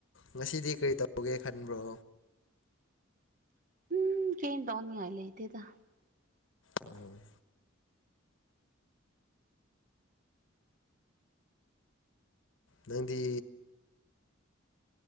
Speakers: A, on the left; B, on the right.
A: ꯉꯁꯤꯗꯤ ꯀꯔꯤ ꯇꯧꯒꯦ ꯈꯟꯕ꯭ꯔꯣ
B: ꯎꯝ ꯀꯩꯝ ꯇꯧꯅꯤꯡꯉꯥꯏ ꯂꯩꯇꯦꯗ
A: ꯎꯝ ꯅꯪꯗꯤ